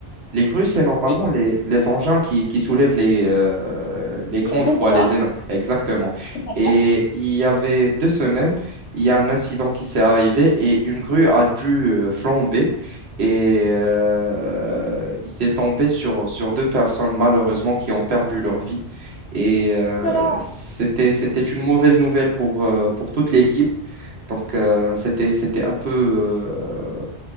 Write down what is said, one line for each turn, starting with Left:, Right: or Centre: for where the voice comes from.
Right: Les grues, c'est normalement
Left: Oui.
Right: les, les engins qui, qui soulèvent les, euh, les grandes
Left: Les gros
Right: poids,
Left: poids.
Right: les énormes. Exactement.
Left: temps.
Right: Et il y avait deux semaines, il y a un incident qui s'est arrivé et une grue a dû euh, flamber et euh, il s'est tombé sur, sur deux personnes malheureusement qui ont perdu leur vie. Et euh,
Left: Ouh là là.
Right: c'était, c'était une mauvaise nouvelle pour, euh, pour toute l'équipe. Donc, euh, c'était, c'était un peu euh,